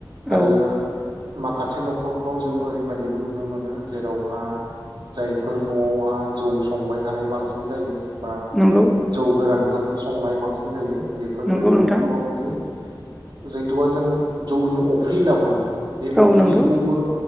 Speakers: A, on the right (about 65°); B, in the centre.
A: आरो
B: औ
A: मा खासे न'खरफ्राव जों ओरैबायदिबो नुनो मोनो जेरावहा जायफोर न'आवहा जौ संबाय थानाय बांसिन जायो। बा
B: नोंगौ।
A: जौ गोरानफोर संनाय बांसिन जायो। बेफोर
B: नंगौ
A: बायदि
B: नोंथां
A: न'खराव नुयो। जैथुबा जों जौनि अफ्रि होनना बुङो। बे
B: औ
A: अफ्रिखौबो
B: नंगौ